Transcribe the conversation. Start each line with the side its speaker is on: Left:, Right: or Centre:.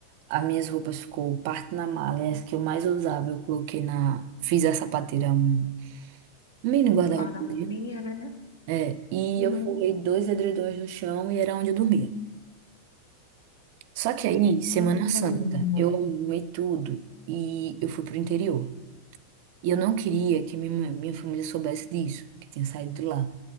Right: As minhas roupas ficou parte na mala, e as que eu mais usava eu coloquei na... Fiz a sapateira, um um mini guarda-roupa
Left: Guarda-roupinha,
Right: dele.
Left: né?
Right: É, e
Left: Uhum.
Right: eu forrei dois edredons no chão e era onde eu dormia. Só que aí, Semana
Left: Caramba,
Right: Santa,
Left: menina.
Right: eu arrumei tudo e eu fui pro interior. E eu não queria que minha, mãe- minha família soubesse disso, que eu tinha saído de lá.